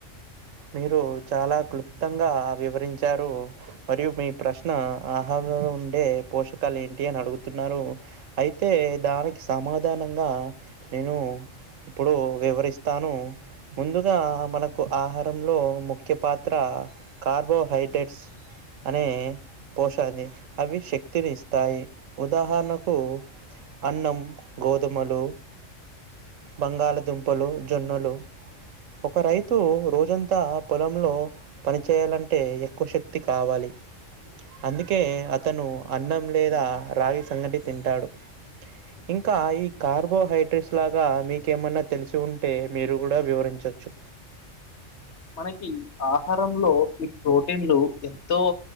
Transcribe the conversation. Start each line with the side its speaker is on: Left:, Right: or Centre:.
Right: మీరు చాలా క్లుప్తంగా వివరించారు మరియు మీ ప్రశ్న ఆహ ఉండే పోషకాలు ఏంటి అని అడుగుతున్నారు అయితే దానికి సమాధానంగా నేను ఇప్పుడు వివరిస్తాను ముందుగా మనకు ఆహార లో ముఖ్య పాత్ర కార్బోహైడ్రేట్స్ అనే పోశాన్ని అవి శక్తిని ఇస్తాయి ఉదాహరణకు అన్నం గోధుమలు బంగాళదుంపలు జొన్నలు ఒక రైతు రోజంతా పొలంలో పనిచేయాలంటే ఎక్కువ శక్తి కావాలి అందుకే అతను అన్నం లేదా రాగి సంగటి తింటాడు ఇంకా ఈ కార్బోహైడ్రేట్స్ లాగా మీకేమన్నా తెలిసి ఉంటే మీరు కూడా వివరించ చు
Left: మనకి ఆహారంలో ఈ ప్రోటీన్లు ఎంతో